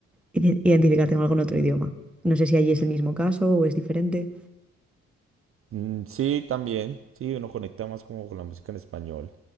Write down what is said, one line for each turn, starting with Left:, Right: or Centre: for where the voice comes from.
Centre: ide- identificarte con algo en otro idioma. No sé si allí es el mismo caso o es diferente.
Right: Mm, sí, también. Sí, uno conecta más como con la música en español.